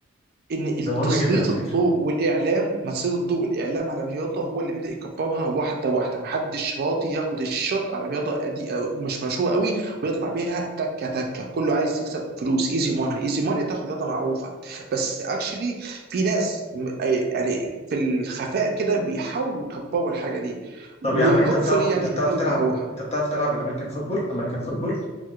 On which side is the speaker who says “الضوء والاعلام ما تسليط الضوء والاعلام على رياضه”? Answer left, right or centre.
Right